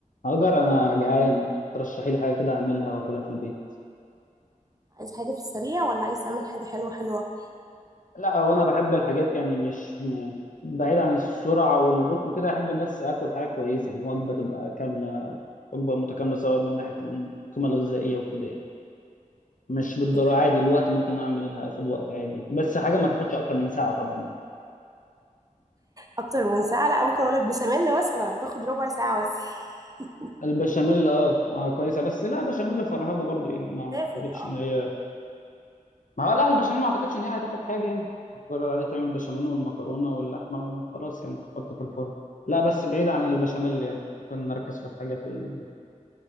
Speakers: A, on the left; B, on the right.
A: هاجر انا جعان ترشحي لي حاجه كده اعملها واكلها في البيت
B: عايز حاجة في السريع ولا عايز تعمل حاجة حلوة حلوة
A: لا هو انا بحب الحاجات يعني مش م... بعيد عن السرعه والبطء كده احب بس اكل حاجه كويسه يعني وجبه تبقى كامله وجبه متكامله سواء من ناحيه القيمه الغذائيه وكده يعني مش بالضروره
B: طيب،
A: عادي الوقت ممكن اعملها اخد وقت عادي يعني. بس حاجه ما تاخدش اكتر من ساعه طبعا
B: أكتر من ساعة لا ممكن أقول لك بشاميل مثلا هتاخد ربع ساعة بس <laughs>
A: البشاميل اه ما كويسه بس لا بشاميل فرهده برضو يعني ما
B: تاخد
A: اعتقدش
B: اه
A: ان هي ما هو لا البشاميل ما اعتقدش ان هي هتاخد حاجه يعني مجرد عادي تعمل بشاميل والمكرونه واللحمه وخلاص يعني تحطه في الفرن لا بس بعيد عن البشاميل يعني ممكن نركز في الحاجات ال...